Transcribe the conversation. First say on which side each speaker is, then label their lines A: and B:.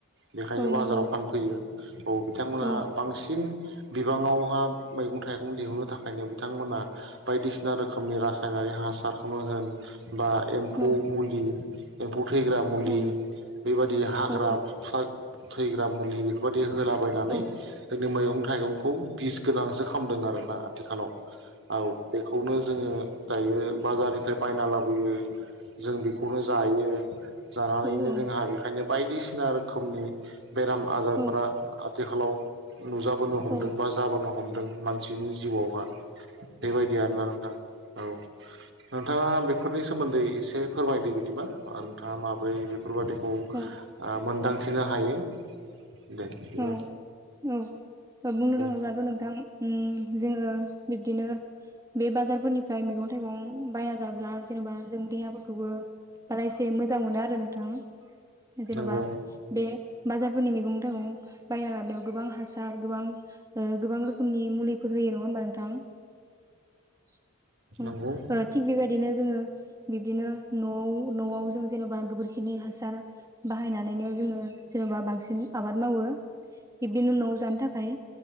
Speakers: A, on the right; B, on the right.
A: बेखायनो
B: औ नंगौ
A: बाजाराव फानफैयो। <inaudible> औ बिथांमोना
B: औ
A: बांसिन बिबाङावहा मैगं थाइगं दिहुननो थाखायनो बिथांमोनहा बायदिसिना रोखोमनि रा नारि हासारखौनी होन बा एम्फौ
B: औ
A: मुलि <unintelligible> फैग्रा मुलि
B: औ
A: बेबादि हाग्रा
B: औ
A: बुथारग्रा थैग्रा मुलि बेफोरबायदि होलाबायनानै
B: औ
A: जोंनि मैगं थाइगंखौ बिस गोनांसो खालामदों आरोना आथिखालाव औ बेखौनो जोङो दायो बाजारनिफ्राय बायना लाबोयो। जों बेखौनो जायो। जानानैनो
B: औ औ
A: जोंहा बेखायनो बायदिसिना रोखोमनि बेराम आजारफोरा
B: नंगौ
A: आथिखालाव नुजाबोनो हमदों
B: औ
A: बा जाबोनो हमदों। मानसि बिनि जिउआवा बेबायदि आरोना नोंथां। औ नोंथाङा <unintelligible> बेफोरनि सोमोन्दै एसे फोरमायदो बिदिबा नोंथाङा माबोरै बेफोरबादि खौ ओ
B: औ
A: मोनदां फिनो हायो दे बिदिबा
B: औ औ औ बुंनो
A: नंगौ
B: थाङोब्लाथ' नोंथां उम जोङो बिब्दिनो बे बाजारफोरनिफ्राय मैगं थाइगं बायना जाब्ला जेनेबा जों देहाफोरखौबो बारा एसे मोजां मोनो आरो नों थां जेन'बा
A: नंगौ
B: बे बाजारफोरनि मैगं थाइगं बायना लाबायाव गोबां हासार गोबां ओ गोबां रोखोमनि मुलिफोर होयो, नङा होमबा नोंथां? <inaudible>
A: नंगौ
B: ओ थिग बेबायदिनो जोङो बिब्दिनो न'आव न'आव जों जेनेबा गोबोरखिनि हासार बाहायनानैनो जोङो जेनेबा बांसिन आबाद मावो। बिब्दिनो न'आव जानो थाखाय